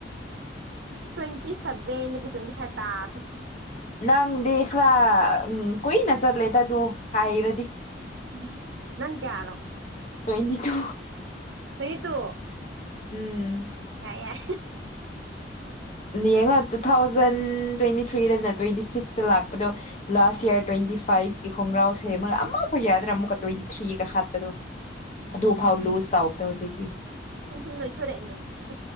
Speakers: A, on the right; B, on the left.
A: ꯇ꯭ꯋꯦꯟꯇꯤ ꯁꯚꯦꯟꯗꯒꯤ ꯇ꯭ꯋꯦꯟꯇꯤ ꯐꯥꯏꯚ ꯇꯥꯈ꯭ꯔꯦ
B: ꯅꯪꯗꯤ ꯈꯔ ꯎꯝ ꯀꯨꯏꯅ ꯆꯠꯂꯦꯗ ꯑꯗꯨ ꯍꯥꯏꯔꯗꯤ
A: ꯎꯝ ꯅꯪ ꯀꯌꯥꯅꯣ
B: ꯇ꯭ꯋꯦꯟꯇꯤ ꯇꯨ
A: ꯇ꯭ꯋꯦꯟꯇꯤ ꯇꯨ
B: ꯎꯝ
A: ꯌꯥꯏ ꯌꯥꯏ
B: ꯌꯦꯡꯉꯣ ꯇꯨ ꯊꯥꯎꯖꯟ ꯇ꯭ꯋꯦꯟꯇꯤ ꯊ꯭ꯔꯤꯗꯅ ꯇ꯭ꯋꯦꯟꯇꯤ ꯁꯤꯛꯁꯇ ꯂꯥꯛꯄꯗꯣ ꯂꯥꯁ ꯌꯔ ꯇ꯭ꯋꯦꯟꯇꯤ ꯐꯥꯏꯚꯀꯤ ꯈꯣꯡꯒ꯭ꯔꯥꯎ ꯁꯦꯝꯃ ꯑꯃꯐꯥꯎ ꯌꯥꯗ꯭ꯔꯥ ꯑꯃꯨꯛꯀ ꯇ꯭ꯋꯦꯟꯇꯤ ꯊ꯭ꯔꯤꯒꯤ ꯍꯥꯠꯄꯗꯣ
A: ꯎꯝ
B: ꯑꯗꯨꯐꯥꯎ ꯂꯨꯖ ꯇꯧꯕꯗ ꯍꯧꯖꯤꯛꯇꯤ
A: ꯁꯨꯝ ꯁꯨꯝ ꯅꯣꯏꯊꯣꯔꯛꯏꯅꯦ ꯑꯗꯨꯗꯤ